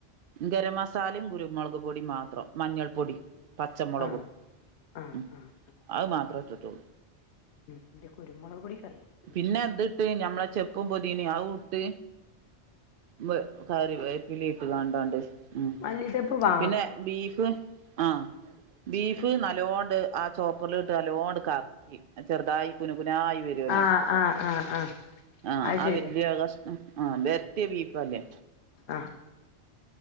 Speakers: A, on the right (about 60°); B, on the left (about 75°).
A: ഗരം മസാലേം കുരുമൊളക് പൊടിം മാത്രം മഞ്ഞൾ പൊടിം പച്ചമൊളകും
B: ആഹ് ആഹ്
A: ഉം
B: ആഹ്
A: അത് മാത്രേ എട്ട്ട്ടുള്ളൂ
B: ഉം ന്റെ കുരുമൊളക് പൊടി കഴിഞ്ഞിക്ക്ണ്
A: പിന്നെ അതിട്ട് ഞമ്മളെ ചെപ്പും പൊതിനേം അവും ഇട്ട് വ് കറി വീട്ട്താണ്ടാണ്ട് ഉം
B: മല്ലി ചപ്പ് വാ
A: പിന്ന ബീഫ് ആഹ് ബീഫ് നല്ലോണ്ട് ആ ചോപ്പറില് ഇട്ട് നല്ലോണ്ട് കറക്കി ചെറുതായി കുനുക്കുന ആയി വര്വോല്ലോ.
B: ആഹ് ആഹ് ആഹ് ആഹ്
A: ആഹ്
B: അത്
A: ആ
B: ശരി
A: വല്യ കഷ്ണം ആഹ് വെരട്ട്യ ബീഫല്ലേ?
B: ആഹ്